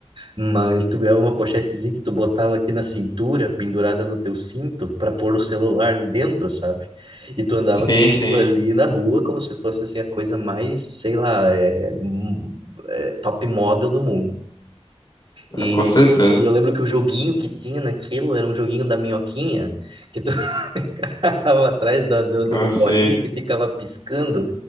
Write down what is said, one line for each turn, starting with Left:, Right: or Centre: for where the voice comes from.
Right: Mas tu ganhava uma pochetezinha que tu botava aqui na cintura, pendurada no teu cinto, para pôr o celular dentro, sabe? E tu andava
Left: Sim,
Right: com aquilo
Left: sim.
Right: ali na rua como se fosse assim a coisa mais, sei lá, é, hum, é, top model do mundo.
Left: Ah,
Right: E,
Left: Com certeza.
Right: e eu lembro que o joguinho que tinha naquilo era um joguinho da minhoquinha, que tu <laughs> ficava atrás da, do- de
Left: Assim.
Right: uma bolinha que ficava piscando,